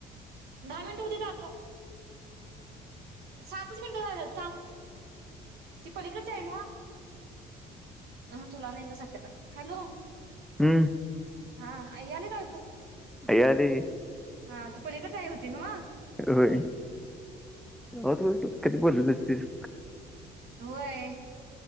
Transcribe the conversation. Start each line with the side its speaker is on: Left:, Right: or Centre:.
Right: दहा मिनिट उतीत आलो सातच मिनिटं झाल्या ती पलीकडच आहे ना अ तुला नाही ग सत्याला हॅलो
Centre: हम्म
Right: हा याल काायपू
Centre: अय्याली
Right: हा ती पलीकडच आ होती ना
Centre: होय होत कधी बोललसतेस
Right: होय